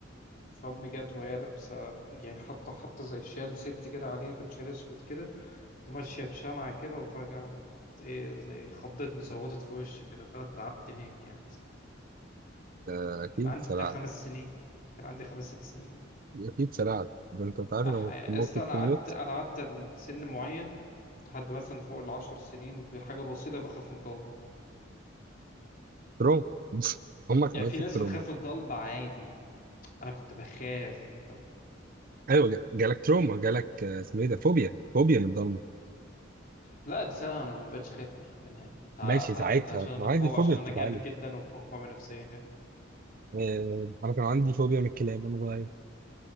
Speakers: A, on the left; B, on the right.
A: فامي جت وهي لابسه يعني حاطه حاطه زي شال ست كده عليها كان شال اسود كده وماشيه بشمعه كده وفجاه عملت ايه زي خضتني صوتت في وشي كده فانا اترعبت هناك يعني ساعتها
B: آه أكيد
A: كان عندي
B: سرعت
A: بتاع خمس سنين كان عندي خمس ست سنين يعني.
B: أكيد سرعت ده أنت عارف
A: أح...
B: لما
A: أصل
B: ممكن
A: أنا
B: تموت
A: قعدت أنا قعدت لسن معين لحد مثلا فوق العشر سنين بحاجة بسيطة بخاف من الضلمة
B: تروما <laughs> أمك
A: يعني
B: عملت
A: في ناس
B: لك تروما
A: بتخاف من الضلمة عادي أنا كنت بخاف من الضلمة
B: ايوه جا- جالك تروما جالك آه، اسمه ايه ده فوبيا فوبيا من الضلمه
A: لا بس أنا أنا ما بقتش خايف منها منها يعني تع-
B: ماشي
A: تعديتها
B: ساعتها
A: عشان أنا
B: عادي
A: قوي
B: الفوبيا
A: عشان
B: بتتعالج
A: أنا جامد جدا وفوق قوي نفسيا يعني
B: آه، انا كان عندي فوبيا من الكلاب وانا صغير